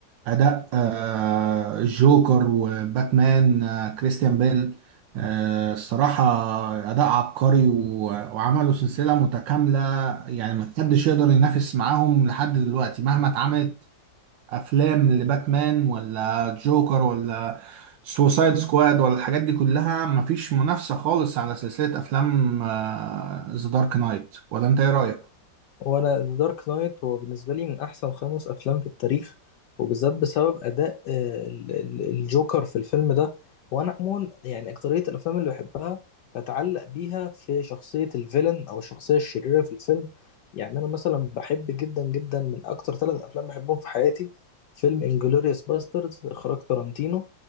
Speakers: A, on the right; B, on the left.
A: أداء آه، الجوكر وباتمان آه، كريستيان بيل آه، الصراحة أداء عبقري و- وعملوا سلسلة متكاملة يعني محدش يقدر ينافس معاهم لحد دلوقتي مهما اتعملت أفلام لباتمان ولا جوكر ولا سوسايد سكواد ولا الحاجات دي كلها مفيش منافسة خالص على سلسلة أفلام ذا دارك نايت ولا أنت إيه رأيك؟
B: هو انا ذا دارك نايت هو بالنسبه لي من احسن خمس افلام في التاريخ وبالذات بسبب اداء آه، ال- ال- الجوكر في الفيلم ده وانا عموما يعني اكتريه الافلام اللي بحبها بتعلق بيها في شخصيه الفيلن او الشخصيه الشريره في الفيلم يعني انا مثلا بحب جدا جدا من اكتر ثلاث افلام بحبهم في حياتي فيلم انجلوريوس باسترز اخراج تارانتينو